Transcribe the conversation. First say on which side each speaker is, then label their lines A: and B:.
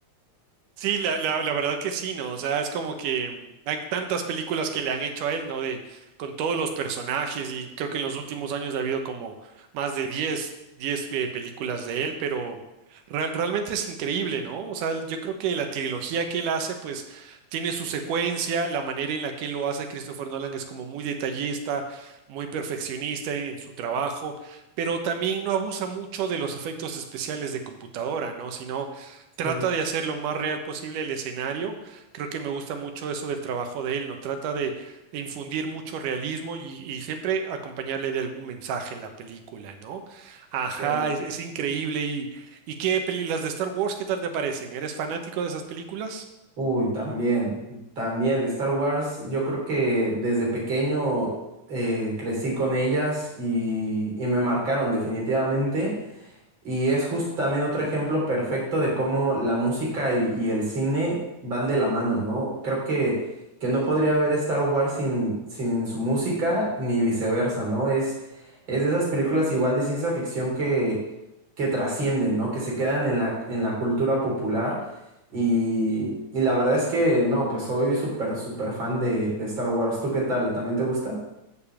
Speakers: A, on the right (about 85°); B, on the right (about 40°).
A: Sí, la, la, la verdad que sí, ¿no? O sea, es como que mm, hay tantas películas que le han hecho a él, ¿no? De, con todos los personajes y creo que en los últimos años ha habido como más de diez diez eh, películas de él, pero real- realmente es increíble, ¿no? O sea, yo creo que la trilogía que él hace, pues tiene su secuencia, la manera en la que lo hace Christopher Nolan es como muy detallista, muy perfeccionista en su trabajo, pero también no abusa mucho de los efectos especiales de computadora, ¿no? Sino trata
B: Sí.
A: de hacer lo más real posible el escenario. Creo que me gusta mucho eso del trabajo de él, ¿no? Trata de, de infundir mucho realismo y, y siempre acompañarle de algún mensaje en la película, ¿no? Ajá,
B: Sí.
A: es, es increíble. ¿Y, y qué peli- las de Star Wars, qué tal te parecen? ¿Eres fanático de esas películas?
B: Uy, también, también. Star Wars, yo creo que desde pequeño eh, crecí con ellas y, y me marcaron definitivamente. Y es justo también otro ejemplo perfecto de cómo la música y, y el cine van de la mano, ¿no? Creo que, que no podría haber Star Wars sin, sin su música, ni viceversa, ¿no? Es, es de esas películas igual de ciencia ficción que, que trascienden, ¿no? Que se quedan en la, en la cultura popular. Y, y la verdad es que, no, pues soy súper, súper fan de, de Star Wars. ¿Tú qué tal? ¿También te gusta?